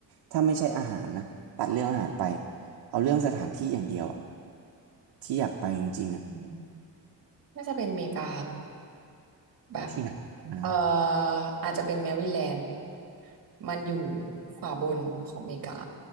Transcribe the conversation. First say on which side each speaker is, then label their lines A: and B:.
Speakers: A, on the right; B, on the right.
A: ถ้าไม่ใช่อาหารนะตัดเรื่องอาหารไปเอาเรื่องสถานที่อย่างเดียวอะที่อยากไปจริงๆอะ
B: ม น่าจะเป็นอเมริกาแบบ
A: ที่ไหนนะ
B: เอ่ออาจจะเป็นแมริแลนด์มันอยู่ขวาบนของอเมริกา